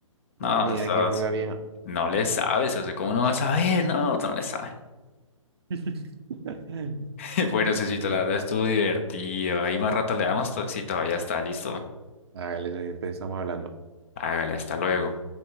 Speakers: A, on the right; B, on the left.
A: no,
B: No,
A: ni idea
B: socio,
A: quién fue la vieja.
B: no le sabes, socio. ¿Cómo no vas a saber? No, tú no le sabes.
A: <laughs>
B: <laughs> Bueno, socito, la verdad estuvo divertido. Ahí más rato le damos to- si todavía está listo.
A: Hágale, socio, ustedes estamos hablando.
B: Hágale, hasta luego.